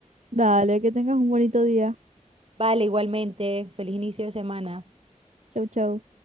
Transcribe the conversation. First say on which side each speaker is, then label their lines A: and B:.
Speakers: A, on the right (about 65°); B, on the right (about 45°).
A: Dale, que tengas un bonito día.
B: Vale, igualmente. Feliz inicio de semana.
A: Chau, chau.